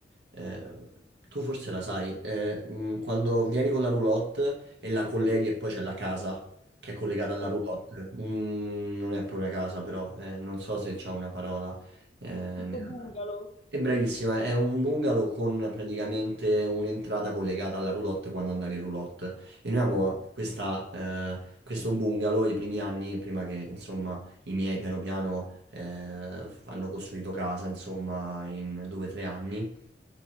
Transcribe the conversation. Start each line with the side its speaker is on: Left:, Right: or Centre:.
Right: eh, tu forse la sai, eh, mh, quando vieni con la roulotte e la colleghi e poi c'è la casa che è collegata alla
Left: Ok.
Right: roulotte. Mm, non è poi una casa, però, eh, non so se c'è una parola. eh,
Left: Tipo
Right: nel-
Left: bungalow.
Right: è bravissima, è un bungalow con praticamente un'entrata collegata alla roulotte quando andavi in roulotte. E noi avevamo questa, eh, questo bungalow i primi anni, prima che insomma i miei piano piano eh, hanno costruito casa, insomma, in due o tre anni.